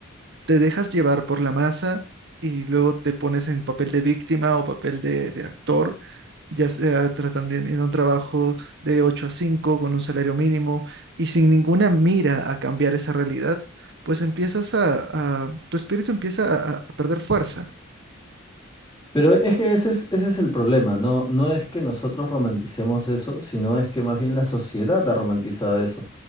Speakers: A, on the right; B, on the left.
A: te dejas llevar por la masa y luego te pones en papel de víctima o papel de, de actor, ya sea tratando en en un trabajo de 8 a 5 con un salario mínimo y sin ninguna mira a cambiar esa realidad, pues empiezas a, a- tu espíritu empieza a, a perder fuerza.
B: Pero es que ese es, ese es el problema, no, no es que nosotros romanticemos eso, sino es que más bien la sociedad ha romantizado eso,